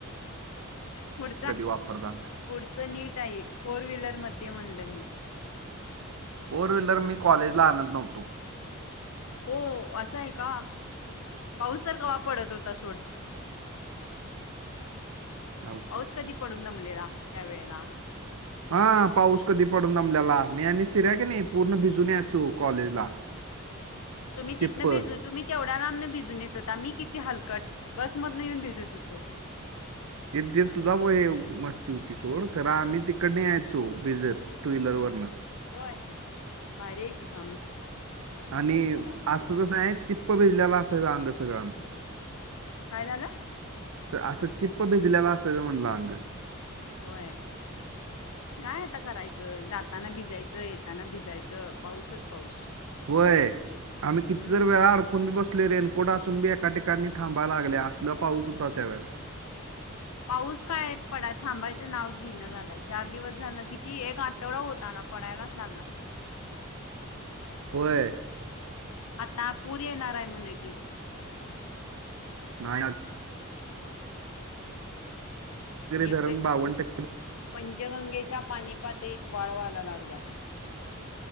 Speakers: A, on the left; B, on the right.
A: पुढ
B: वापरताना
A: पुढच नीट फोर व्लर मध्ये म्हणलं मी
B: फोर व्हीलर मी कॉलेजला आणत नव्हतो
A: हो असंय का पाऊस तर कावा पडत होता सोड
B: लावतो
A: पाऊस कधी पडून जमलेला त्यावेेळेला
B: हा पाऊस कधी पडून जमल्याला मी आणि शिर्या क नाही पूर्ण भिजून यायचो कॉलेजला
A: तुम्ही तिथं
B: चिप्प
A: भिजून तुम् तेवढ्या नां भिजून येत आता मी किती हलकट बसमधन येऊन भेजत होतो
B: ते ते तुझा मस्ती होती सोड खरा आम्ही तिकड न यायचो भिजत टू व्हीलर व
A: होय ब आहे की काम पप्पाच
B: आणि
A: म्हणाल की
B: असं
A: तिला
B: कसं आहे चिप्प भिजलेला असाय अंग सगळं आमचं
A: काय झालं
B: असं चिप्प भिजलेला असा म्हणलं अंग
A: होय काय आता करायचं जाताना भिजायचं येताना भिजायचं पाऊसच पाऊस
B: होय आम्ही किती
A: हम्म
B: जर वेळा अडकून बी बसतो आपले रेनकोट असून बी एका ठिकाणी थांबा लागले असल पाऊस होता त्यावेळे
A: पाऊस काय पड थांबायचं नाव घेणं झालंय चार दिवस झालं किती एक आठवडा होत आला पडायलाच लागलाय
B: वर
A: आताता पूरी ये नाराय म्हणे की
B: नाही
A: यथ
B: धरण बावन्न टक्के
A: पंचगंगे पाणी पातळी त वाळ वाला लागला